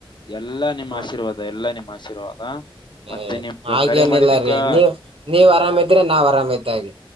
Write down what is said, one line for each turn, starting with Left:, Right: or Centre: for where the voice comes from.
Left: ಎಲ್ಲಾ ನಿಮ್ಮ
Right: ಹ್ಮ
Left: ಆಶೀರ್ವಾದ. ಅ ಎಲ್ಲಾ ನಿಮ್ಮ ಆಶೀರ್ವಾದ.
Right: ಹಏ
Left: ಮತ್ತೆ ನಿಮ್ಗ
Right: ಹಾಗೇನಿಲ್ಲ
Left: ಕರೆ ಮಾಡಿದ್ದಕ್ಕ
Right: ರೀ ನೀವ ನೀವ್ ಆರಾಮಿದ್ರೆ ನಾವ್ ಆರಾಮ್ ಇದ್ದ್ ಹಾಗೆ.